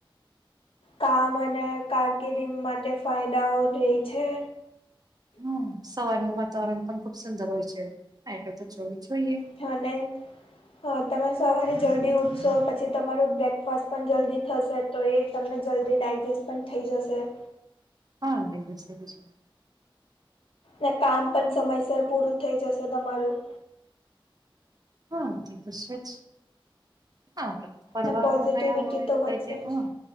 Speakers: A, on the left; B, on the right.
A: કામ અને કારકિર્દીંગ માટે ફાયદાઓ રે છે.
B: હમ સવારનું વાતાવરણ પણ ખુબ સુંદર હોય છે, એટલે તો જોવું જોઈએ.
A: હને હા તમે સવારે જલ્દી ઉઠશો, પછી તમારું બ્રેકફાસ્ટ પણ જલ્દી થશે. તો એ તમને જલ્દી ડાયજેસ્ટ પણ થઈ જશે.
B: હા <unintelligible>
A: ને કામ પણ સમયસર પૂરું થઈ જશે તમારું.
B: હા, તેતો છેજ, <unintelligible> પરવા
A: ને પોઝિટિવિટી
B: કયા હોય,
A: તો
B: તઈ
A: વધશે
B: તે હોય
A: જ